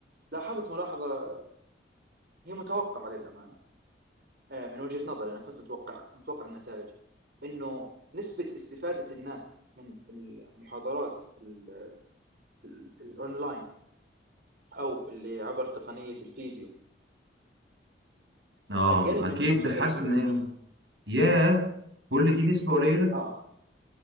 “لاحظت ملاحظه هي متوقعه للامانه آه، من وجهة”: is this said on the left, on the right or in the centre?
Right